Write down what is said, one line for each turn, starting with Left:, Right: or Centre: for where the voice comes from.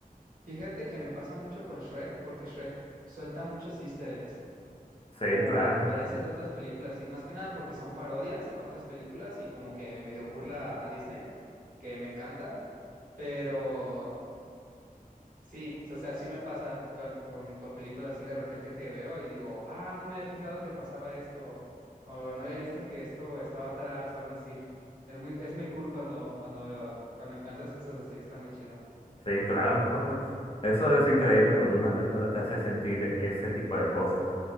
Right: Fíjate que me pasa mucho con Shrek porque Shrek suelta muchos easter eggs,
Left: Sí,
Right: como
Left: claro.
Right: referencias a otras películas y más que nada porque son parodias a otras películas y como que medio burla a Disney, que me encanta, pero Sí, o sea, sí me pasa con, con, con películas así de repente que veo y digo, ah, no me había fijado que pasaba esto, o no había visto que esto estaba atrás o algo así. Es muy, es muy cool cuando, cuando, cuando encuentras cosas así, está muy chido.
Left: Sí, claro. <laughs> Eso es increíble cuando una película te hace sentir ese tipo de cosas.